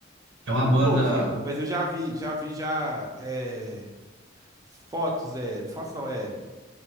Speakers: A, on the right (about 65°); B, on the right (about 20°).
A: É
B: Nunca
A: uma banda.
B: ouvi, pô, mas eu já vi, já vi já é, fotos, é, fotos não, é